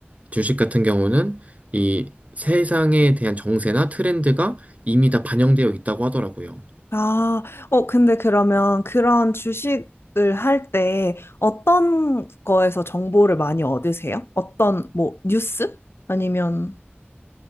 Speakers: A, on the right; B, on the left.
A: 주식 같은 경우는 이 세상에 대한 정세나 트렌드가 이미 다 반영되어 있다고 하더라고요.
B: 아, 어, 근데 그러면 그런 주식을 할 때 어떤 거에서 정보를 많이 얻으세요? 어떤, 뭐, 뉴스? 아니면,